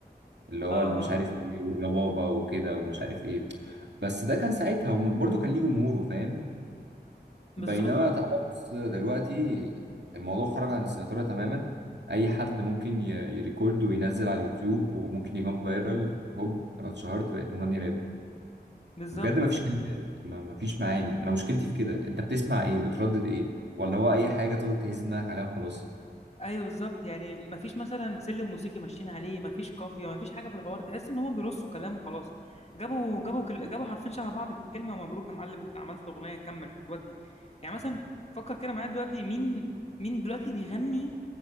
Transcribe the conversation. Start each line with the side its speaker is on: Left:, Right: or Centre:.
Right: اللي هو
Left: آه
Right: اللي مش
Left: آه
Right: عارف ايه والربابة وكده ومش عارف ايه بس ده كان ساعتها وبرضه كان ليه جمهوره فاهم
Left: بالظبط
Right: بينما تعالى بص دلوقتي الموضوع خرج عن السيطرة تماما أي حد ممكن ي- يريكورد وينزل على اليوتيوب وممكن يجي فايرال هوب أنا اتشهرت بقيت مغني راب
Left: بالظبط
Right: بجد مفيش كلمات ما- مفيش معاني أنا مشكلتي في كده أنت بتسمع إيه بتردد إيه ولا هو أي حاجة تقدر تهز دماغك عليها وخلاص
Left: ايوه بالظبط يعني مفيش مثلا سلم موسيقي ماشيين عليه مفيش قافيه مفيش حاجه في الحوار تحس ان هم بيرصوا كلام وخلاص جابوا جابوا كل... جابوا حرفين شبه بعض في الكلمه مبروك يا معلم انت عملت اغنيه كمل ودي يعني مثلا فكر كده معايا دلوقتي مين مين دلوقتي بيغني